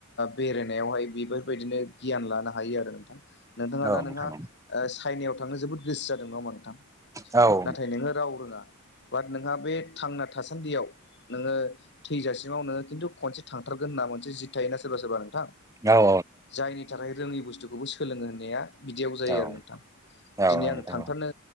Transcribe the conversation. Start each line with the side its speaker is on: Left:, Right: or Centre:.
Left: बेरायनायावहाय बेफोरबायदिनो गियान लानो हायो आरो नोंथां। नोंथाङा
Right: औ
Left: दा
Right: नोंथां
Left: नोंहा
Right: औ
Left: चाइनायाव थांनो जोबोद गोसो जादों नङा होनबा नोंथां?
Right: औ नोंथां औ
Left: नाथाय नोङो राव रोङा बाट नोंहा बे थांना थासान्दियाव नोङो थैजासिमाव नो खिन्थु खनसे थांथारगोन होनना मोनसे जित थोना सोरबा सोरबा। नोंथां
Right: नोंथां
Left: जायनि थाखाय रोङै बुस्थुखौबो सोलोङो होननाया बिदियाव जायो
Right: औ
Left: आरो नोंथां।
Right: औ
Left: दिनै
Right: औ नोंथां
Left: आङो थांथारनो